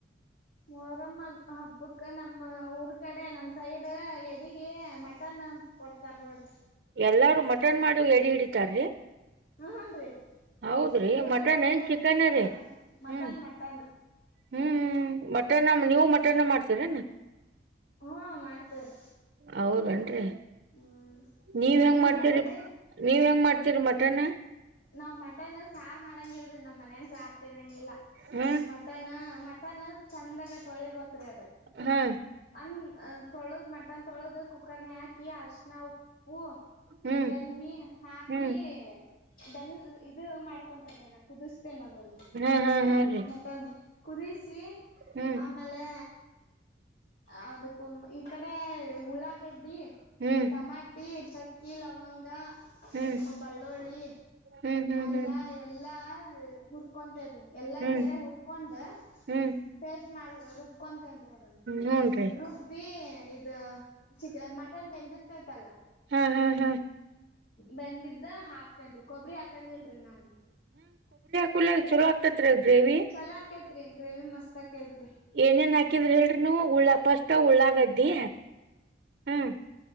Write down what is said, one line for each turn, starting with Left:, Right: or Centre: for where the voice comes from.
Left: ಮರಮ್ಮ ಹಬ್ಬಕ್ ನಮ್ಮ ಊರ್ ಕಡೆ ನಮ ಸೈಡ್ ಎಡಗೆ ಮಟನ್ ಕೊಡ್ತಾರ ನೋಡ್ರಿ
Right: ಎಲ್ಲಾರೂ ಮಟನ್ ಮಾಡಿ ಎಡಿ ಹಿಡಿತಾರ್ರೀ
Left: ಹ್ಮ ಹನ್ರಿ
Right: ಹೌದ್ರೀ
Left: ದೇವ್ರ
Right: ಮಟನ್
Left: ಒಳಗ್ ಹೋಗ್ತಿರ್ತಾರಲ್ಲ
Right: ಚಿಕನ್ ರೀ
Left: ಮಟನ್
Right: ಹ್ಮ್
Left: ಮಟನ್
Right: ಹ್ಮ್ ಮಟನ ನೀವು ಮಟೆನ ಮಾಡ್ತೀರೇನ
Left: ಹ್ಮ ಮಾಡ್ತಾರ
Right: ಹೌದನ್ರಿ.
Left: ಹ್ಮ್
Right: ನೀವ್ ಹೆಂಗ್
Left: ನಿಮ್
Right: ಮಾಡ್ತಿರಿ
Left: ಕಡೆ ರೀ
Right: ನೀವ್ ಹೆಂಗ್ ಮಾಡ್ತೀರಿ ಮಟನ್
Left: ನಾವ್ ಮಟನ್ ಸಾರು ಮಾಡಂಗ ಇಲ್ರರಿ ನಮ್ಮ್ ಮನಾಗ ಸಾರು ತಿನ್ನಂಗಿಲ್ಲ
Right: ಹಾ
Left: ಮಟನ್ ಮ ಮಟನ್ ಚಂದಾಗ ತೊಳಿಬೇಕ್ರಿ ಅದೇ
Right: ಹಾ
Left: ಅಂದ ತೊಳೆದ್ ಮಟನ್ ತೊಳೆದು ಕುಕ್ಕರ್ನ ಹಾಕಿ ಆರ್ ಅರ್ಶ್ನಉಪ್ಪು
Right: ಹ್ಮ್
Left: ಎಣ್ಣೆ ಹಾಕಿ
Right: ಹ್ಮ್
Left: ದನ ಇದು ಮಾಡ್ಕೊಂತಣ ಕುದಿಸತೇನ ಅದನ್
Right: ಹಾ ಹಾ ಹಾ ರೀ
Left: ಮಟನ್ ಕುದಿಸಿ
Right: ಹ್ಮ್
Left: ಆಮೇಲೆ ಅದಕ್ಕೂ ಈ ಈ ಕಡೆ ಉಳ್ಳಾಗಡ್ಡಿ
Right: ಹ್ಮ್
Left: ಟಮಾಟಿ ಚಕ್ಕಿ ಲವಂಗ
Right: ಹ್ಮ್
Left: ಮ್ಮ ಬಳ್ಳುಳ್ಳಿ
Right: ಹ್ಮ್ ಹ್ಮ್
Left: ಅಲ್ಲ
Right: ಹ್ಮ್
Left: ಎಲ್ಲಾ ಹುರ್ಕೊ ಎಲ್ಲ
Right: ಹ್ಮ್
Left: ಸೇರೆ ಹಕೊಂಡ
Right: ಹ್ಮ್
Left: ಪ ಮಾಡ ರುಬ್ ನ್ ಅದನ್
Right: ಹೂನ್ರಿ
Left: ರುಬ್ಬಿ ಇ ಚಿಕ ಮಟನ್ ಬೆಂದಿರ್ತೈತಲ್ಲ
Right: ಹ್ಮ್ ಹಾ ಹಾ
Left: ಬಂದಿದ್ದ ಹಾಕ್ತೇನ್ರಿ ಕೊಬ್ಬರಿ ಹಾಕಂಗಿಲ್ರಿ ನಾನು
Right: ಕಲ್ಲ ಚಲೋ ಆಗ್ತತ್ ರೀ ಗ್ರೇವಿ
Left: ಚಲೋ ಆಕೇತ್ರಿ ಗ್ರೇವಿ ಮಸ್ತ್ ಆ ಕೇತ್ರಿ
Right: ಏನೇನ್ ಹಾಕಿದ್ರ ಹೇಳ್ರಿನು ಉಳ್ಳ ಪಸ್ಟ್ ಉಳ್ಳಾಗದ್ದಡಿ ಹ್ಮ್